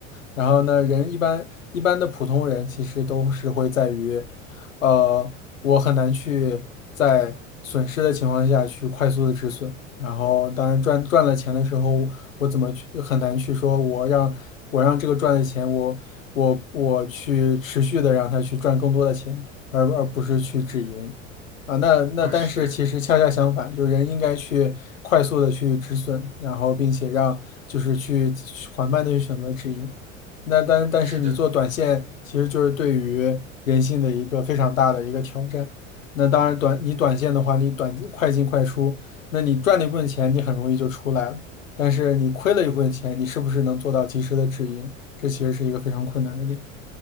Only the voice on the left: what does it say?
然后呢，人一般一般的普通人其实都是会在于，呃，我很难去在损失的情况下去快速的止损。然后，当然赚赚了钱的时候，我怎么去很难去说我让我让这个赚的钱我。我我去持续的让他去赚更多的钱，而而不是去止盈啊。那那但是其实恰恰相反，
就人应该去快速的去止损，然后并且让就是去缓慢的去选择止盈。那但但是你做短线，
其实就是对于人性的一个非常大的一个挑战。那当然短你短线的话，你短快进快出，那你赚了一部分钱，你很容易就出来了。但是你亏了一部分钱，你是不是能做到及时的止盈？这其实是一个非常困难的点。